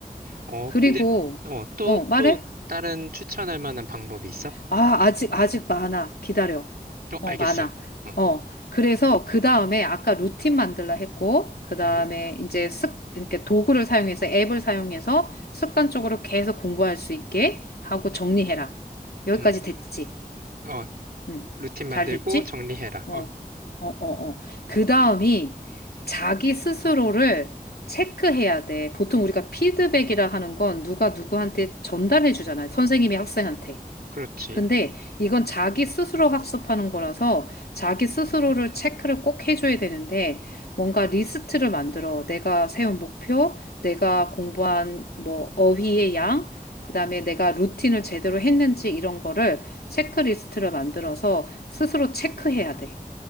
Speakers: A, on the right; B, on the left.
A: 어,
B: 그리고,
A: 근데, 어, 또,
B: 어, 말해?
A: 또 다른 추천할 만한 방법이 있어?
B: 아, 아직, 아직 많아. 기다려.
A: 어,
B: 어,
A: 알겠어.
B: 많아.
A: 어,
B: 어, 그래서 그 다음에 아까 루틴 만들라 했고, 그 다음에
A: 음,
B: 이제 습, 이렇게 도구를 사용해서 앱을 사용해서 습관적으로 계속 공부할 수 있게 하고 정리해라. 여기까지
A: 음,
B: 됐지?
A: 어,
B: 응.
A: 루틴
B: 잘
A: 만들고
B: 됐지?
A: 정리해라.
B: 어,
A: 어,
B: 어, 어, 어. 그 다음이 자기 스스로를 체크해야 돼. 보통 우리가 피드백이라 하는 건 누가 누구한테 전달해 주잖아요. 선생님이 학생한테.
A: 그렇지.
B: 근데 이건 자기 스스로 학습하는 거라서 자기 스스로를 체크를 꼭 해줘야 되는데 뭔가 리스트를 만들어. 내가 세운 목표, 내가 공부한 뭐 어휘의 양, 그다음에 내가 루틴을 제대로 했는지 이런 거를 체크리스트를 만들어서 스스로 체크해야 돼.